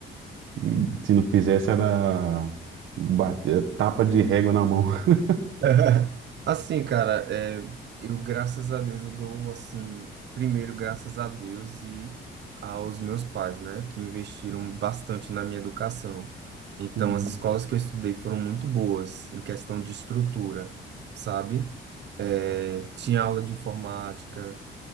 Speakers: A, on the right; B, on the right.
A: e se não fizesse, era bate- tapa de régua na mão. <laughs>
B: <laughs> Assim, cara, é, eu, graças a Deus, eu dou, assim, primeiro, graças a Deus e aos meus pais, né, que investiram bastante na minha educação. Então,
A: Hum,
B: as escolas que eu estudei foram muito boas em questão de estrutura, sabe? É, tinha aula de informática,